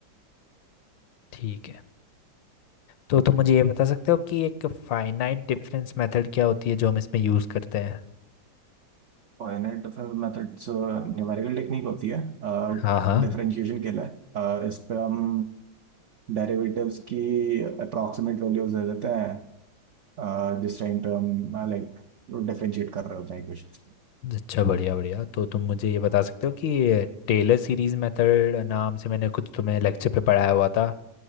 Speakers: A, on the left; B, on the right.
A: ठीक है तो तुम मुझे ये बता सकते हो कि एक फाइनाइट डिफरेंस मेथड क्या होती है जो हम इसमें यूज़ करते हैं
B: Finite difference methods numerical technique होती है
A: हाँ हाँ
B: डिफरेंशिएशन के लिए अ, इस पे हम डेरिवेटिव्स की अप्रॉक्सीमेट वैल्यूज दे देते हैं अ, जिस टाइम पे हम लाइक डिफरेंशिएट कर रहे होते हैं इक्वेशन
A: अच्छा बढ़िया बढ़िया तो तुम मुझे ये बता सकते हो कि टेलर सीरीज मेथड नाम से मैंने कुछ तुम्हें लेक्चर पे पढ़ाया हुआ था